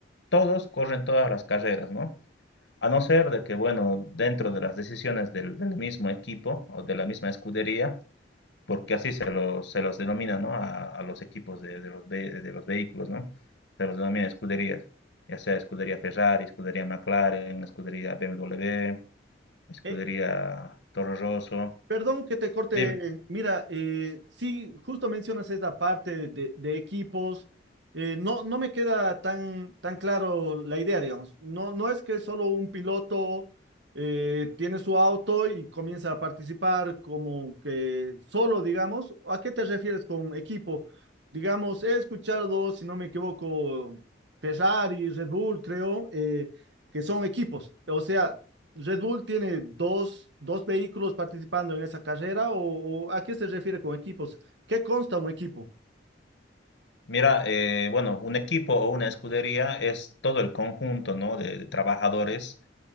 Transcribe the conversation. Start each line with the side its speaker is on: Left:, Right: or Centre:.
Left: todos corren todas las carreras, ¿no? A no ser de que, bueno, dentro de las decisiones del, del mismo equipo o de la misma escudería, porque así se los, se los denomina, ¿no? A, a los equipos de, de los ve- de los vehículos, ¿no? Se los denomina escuderías, ya sea escudería Ferrari, escudería McLaren, escudería BMW, escudería
Right: E-
Left: Toro Rosso.
Right: Perdón que te corte.
Left: Dime,
Right: Mira, eh, sí, justo mencionas esa parte de, de equipos. Eh, no, no me queda tan, tan claro la idea, digamos. No, no es que solo un piloto eh, tiene su auto y comienza a participar como que solo, digamos. ¿A qué te refieres con equipo? Digamos, he escuchado, si no me equivoco, Ferrari, Red Bull, creo, eh, que son equipos. O sea, Red Bull tiene dos, dos vehículos participando en esa carrera o, o ¿a qué se refiere con equipos? ¿Qué consta un equipo?
Left: mira, eh, bueno, un equipo o una escudería es todo el conjunto, ¿no? de de trabajadores